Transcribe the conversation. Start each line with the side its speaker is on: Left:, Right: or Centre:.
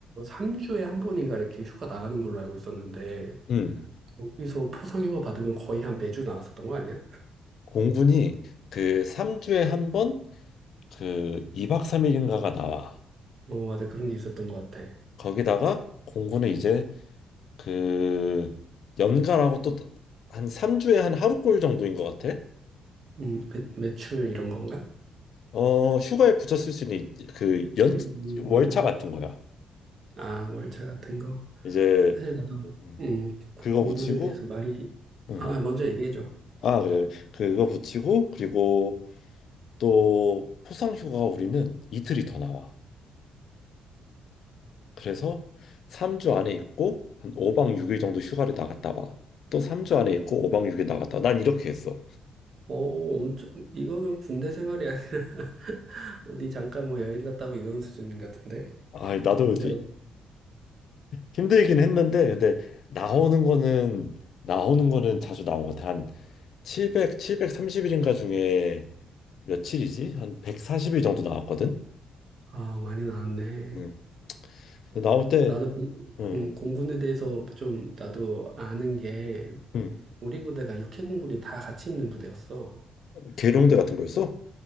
Right: 3주에 한 번인가 이렇게 휴가 나가는 걸로 알고 있었는데,
Left: 음.
Right: 거기서 포상휴가 받으면 거의 한 매주 나왔었던 거 아니야?
Left: 공군이 그 3주에 한 번 그 2박 3일인가가 나와.
Right: 어, 맞아. 그런 게 있었던 것 같아.
Left: 거기다가 공구는 이제 그 연가라고 또 한 3주에 한 하루꼴 정도인 것 같아.
Right: 음, 매, 매출 이런 건가?
Left: 어, 휴가에 붙여 쓸 수 있는 이- 그 연,
Right: 음,
Left: 월차 같은 거야.
Right: 아, 월차 같은 거.
Left: 이제
Right: 사실 나도,
Left: 음,
Right: 음, 고-
Left: 그거
Right: 공군에
Left: 붙이고,
Right: 대해서 말이,
Left: 음.
Right: 아, 아, 먼저 얘기해줘.
Left: 아, 그래. 그거 붙이고, 그리고 또 포상 휴가 우리는 이틀이 더 나와. 그래서 3주 안에 있고, 한 5박 6일 정도 휴가를 나갔다 와. 또 3주 안에 있고, 5박 6일 나갔다 와. 난 이렇게 했어.
Right: 어, 엄청, 이거는 군대 생활이 아니야. <laughs> 어디 잠깐 뭐 여행 갔다고 이런 수준 같은데?
Left: 아, 나도
Right: 근데
Left: 힘들긴 했는데 근데 나오는 거는 나오는 거는 자주 나온 것 같아. 한7백 칠백 3 0일인가 중에 며칠이지? 한 140일 정도 나왔거든.
Right: 아, 많이 나왔네.
Left: 응. 근데 나올 때
Right: 나도 그,
Left: 응.
Right: 음, 공군에 대해서 좀 나도 아는 게
Left: 응.
Right: 우리 부대가 육해공군이 다 같이 있는 부대였어.
Left: 계룡대 같은
Right: 그-
Left: 거였어?